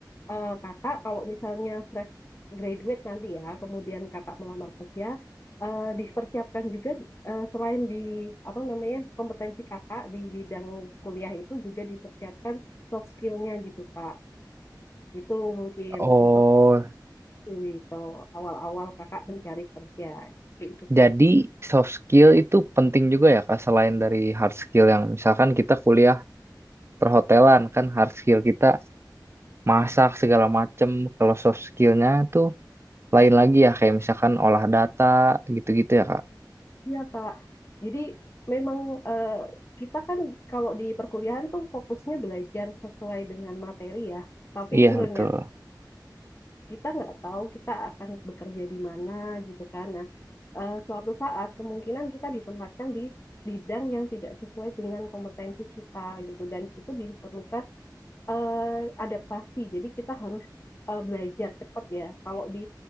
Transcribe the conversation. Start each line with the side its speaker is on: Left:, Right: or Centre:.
Left: eh, kakak kalau misalnya fresh graduate nanti ya, kemudian kakak melamar kerja, eh, dipersiapkan juga eh, selain di apa namanya kompetensi kakak di bidang kuliah itu juga dipersiapkan soft skillnya gitu kak. Itu mungkin
Right: Oh,
Left: untuk gitu awal-awal kakak mencari kerja gitu kak.
Right: Jadi soft skill itu penting juga ya Kak, selain dari hard skill yang misalkan kita kuliah perhotelan kan hard skill kita masak segala macem. Kalau soft skillnya tuh lain lagi ya kayak misalkan olah data gitu-gitu ya Kak.
Left: Iya kak. Jadi memang eh, kita kan kalau di perkuliahan tuh fokusnya belajar sesuai dengan materi ya. Tapi
Right: Iya
Left: <laughs> sebenarnya
Right: betul.
Left: kita nggak tahu kita akan bekerja di mana gitu kan. Nah, eh, suatu saat kemungkinan kita ditempatkan di bidang yang tidak sesuai dengan kompetensi kita gitu dan itu diperlukan eh, adaptasi. Jadi kita harus eh, belajar cepat ya. Kalau di